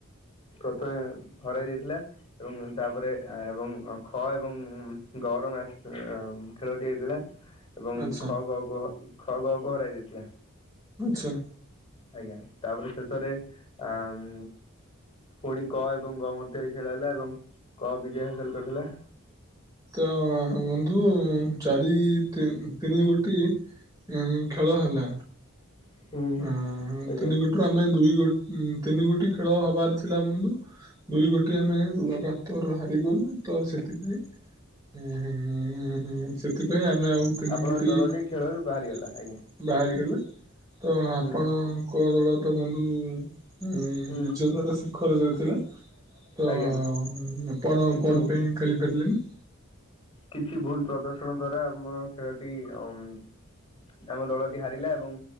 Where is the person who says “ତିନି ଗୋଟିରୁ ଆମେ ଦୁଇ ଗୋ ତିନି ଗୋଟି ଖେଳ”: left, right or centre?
Right